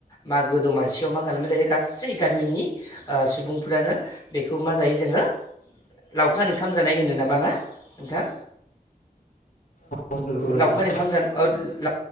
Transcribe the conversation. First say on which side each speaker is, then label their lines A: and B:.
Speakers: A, on the left (about 25°); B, on the left (about 65°).
A: मागो दमासियाव मा खालामनाय जायो? गासै गामिनि ओ सुबुंफ्रानो बेखौ मा जायो जोङो लावखार ओंखाम जानाय होनो नामा ना नोंथां?
B: औ नंगौ नोंथां
A: लावखार ओंखाम जानो ओ लाव